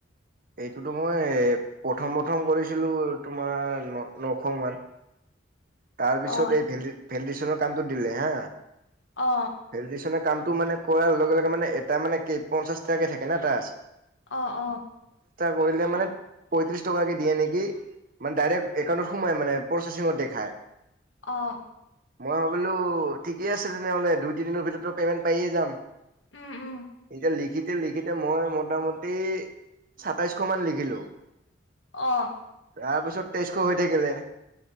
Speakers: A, on the right; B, on the left.
A: এইটোতো মই প্ৰথম- প্ৰথম কৰিছিলো তোমাৰ ন- নশ মান। তাৰ পিছত
B: অ
A: এই ভেল - ভেলডিচনত কামটো দিলে হা
B: অ
A: ভেলিদেচনৰ কাম টো মানে কৰাৰ লগে লগে মানে এটা মানে কেই পঞ্চাশ টাকে থাকে না তাত।
B: অ অ।
A: কৰিলে মানে পঁয়ত্ৰিশ টকাকে দিয়ে নেকি? মানে ডাইৰেক্ট একাউটত সোমাই মানে প্ৰচেচিঙত দেখায়।
B: অহ।
A: মই ভাবিলো ঠিকে আছে তেনেহ'লে দুই তিনিদিনৰ ভিতৰত পেমেন্ট পায়ে যাম,
B: উম উম
A: এতিয়া লিখিতে লিখিতে মই মোটামুটি সাতাইশ মান লিখিলো।
B: অ।
A: তাৰপিছত তেইজশ হৈ থাকিলে।